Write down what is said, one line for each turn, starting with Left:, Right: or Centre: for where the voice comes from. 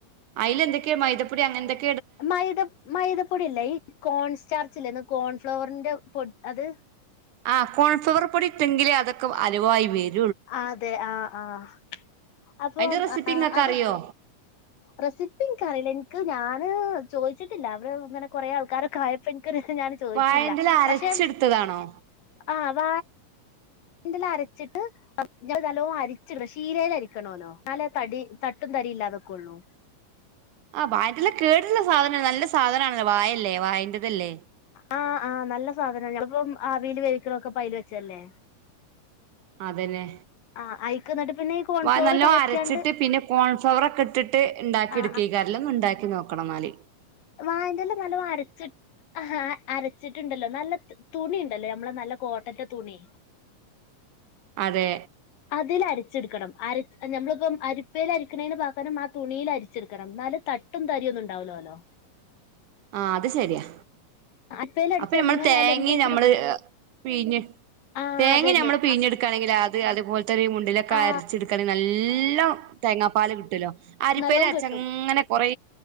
Right: അയില എന്തൊെയ മൈതപ്പൊടി അങ്ങ എന്തൊക്കെ
Left: മൈ മൈദപ്പൊടില്ലേ ഈ കോൺസ്റ്റാർ <unintelligible> കോൺഫ്ലോറിന്റെ് പൊഅത്
Right: ആ കോൺഫ്ലവർ പൊടി ഇട്ടെങ്കിലേ അതൊക്കെ അലുവായി വെര്
Left: അതെ ആഹ ആഹ അപ്പം
Right: അയിന്റെ റെസിപ്പി
Left: ആ
Right: ഇങ്ങക്ക്
Left: അത്
Right: അറിയോ
Left: റെസിപ്പി ക്ക്റിയില്ല എനിക്ക് ഞാന് ചോദിച്ചിട്ടില്ല അവര് അങ്ങനെ കൊറേ ആൾക്കാരൊക്കൊയപ്പോ എ ര്സംഞൻ ചോയീച്ചീല്ല
Right: വാഴന്റെല അരച്ചെടുത്തതാണോ
Left: പക്ഷെ ആ് വ ന്റിൽ അരച്ചിട്ട് ഞ നല്ലോണം അരിച്ചിട്ട് ശീലേലരിക്കണല്ലോ എന്നലെ തടി തട്ടു തരിയില്ലാതെ കൊള്ളൂ
Right: ആഹ് വായിറ്റില് കേടുള്ള സാധന നല്ല സാധനാണല്ലോ വായല്ലേ വായിന്റതല്ലേ
Left: ആഹ് ആഹ് നല്ല സാധനം ഞങ്ങളിപ്പം ആവിൽ വേവിക്കണതൊക്കെ ഇപ്പലിൽ വെച്ചല്ലേ
Right: അതന്നെ
Left: ആഹ് അഐക്ക് എന്നിട്ട് പിന്നെ ഈ കോൺഫ്ലോർ
Right: വ നല്ലോ
Left: കലക്കിയാണ്ട്
Right: അരച്ചിട്ട് പിന്നെ കോൺഫ്ലവർ ഒക്കെ ഇട്ടിട്ട് ഇണ്ടാക്കി
Left: ആ
Right: എടുക്കിയെക അല്ലന്നുണ്ടാക്കി നോക്കണം വന്നാല്
Left: വായന്റെല്ലാം നല്ല അരച്ചി ആ അരച്ചിട്ടുണ്ടല്ലോ നല്ല തുണിഉണ്ടല്ലോ ഞമ്മള നല്ല കോട്ടന്റെ തുണി
Right: അതെ
Left: അതിൽരച്ചെടുക്കണം അര നമ്മളിപ്പം അരിപ്പൽ അരിക്കണു പകരം ആ തുണിൽ അരിച്ചെടുക്കണം ന്നല് തട്ടും തരിഒന്നും ഉണ്ടാവുലോല്ലോ
Right: ആഹ് അത് ശരിയാ
Left: അരിപ്പയിൽ അടിച്ച
Right: അപ്പൊ നമ്മള്
Left: എങ്ങനെയായാലും
Right: തേങ്ങ
Left: എന്തെങ്കിലും
Right: നമ്മള് പിഴിഞ്ഞ്
Left: ആ
Right: തേങ്ങ
Left: അതന്നെ
Right: നമ്മള് പിഞ്ഞെടുക്കുകണെങ്കിൽ ആദ് അ അതുപോൽതന്നെ ഈ മുണ്ടിലൊക്കെ
Left: ആ
Right: അരിച്ചെടുക്കാണെ നാല്ല തേങ്ങാപ്പാൽ കിട്ടുല്ലോ അരിപ്പയിൽ
Left: നല്ലോം
Right: അരിച്ച്
Left: കിട്ടും
Right: അങ്ങനെ കൊറേ